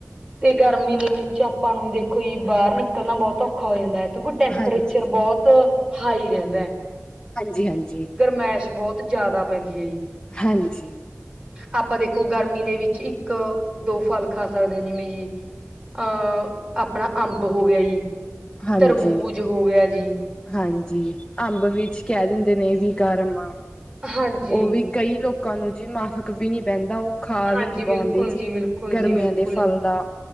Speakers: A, on the right; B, on the left.
A: ਤੇ ਗਰਮੀ ਦੇ ਵਿੱਚ ਆਪਾਂ ਨੂੰ ਦੇਖੋ ਜੀ ਬਾਹਰ ਨਿਕਲਣਾ ਬਹੁਤ ਔਖਾ ਹੋ ਜਾਂਦਾ ਹੈ ਕਿਉਂਕਿ ਟੈਂਪਰੇਚਰ
B: ਹਾਂਜੀ। ਹਾਂਜੀ ਹਾਂਜੀ ਹਾਂਜੀ
A: ਬਹੁਤ ਹਾਈ ਰਹਿੰਦਾ ਹੈ
B: ਹਾਂਜੀ ਹਾਂਜੀ
A: ਗਰਮਾਇਸ਼ ਬਹੁਤ ਜ਼ਿਆਦਾ ਪੈਂਦੀ ਹੈ ਜੀ
B: ਹਾਂਜੀ
A: ਆਪਾਂ ਦੇਖੋ ਗਰਮੀ ਦੇ ਵਿੱਚ ਇੱਕ ਦੋ ਫਲ ਖਾ ਸਕਦੇ ਹ ਜਿਵੇਂ ਜੀ ਅਹ ਆਪਣਾ ਅੰਬ ਹੋ ਗਿਆ ਜੀ
B: ਹਾਂਜੀ
A: ਤਰਬੂਜ ਹੋ ਗਿਆ ਜੀ
B: ਹਾਂਜੀ ਅੰਬ ਵਿੱਚ ਕਹਿ ਦਿੰਦੇ ਨੇ ਵੀ ਘਮਾ
A: ਹਾਂਜੀ
B: ਉਹ ਵੀ ਕਈ ਲੋਕਾਂ ਨੂੰ ਜੀ ਮਾਫਕ ਵੀ ਨੀ ਪੈਂਦਾ ਉਹ ਖਾ
A: ਹਾਂਜੀ
B: ਵੀ ਨੀ
A: ਬਿਲਕੁਲ
B: ਪਾਉਂਦੇ ਜੀ
A: ਬਿਲਕੁਲ
B: ਗਰਮੀਆਂ
A: ਜੀ ਬਿਲਕੁਲ
B: ਦੇ ਫਲ ਦਾ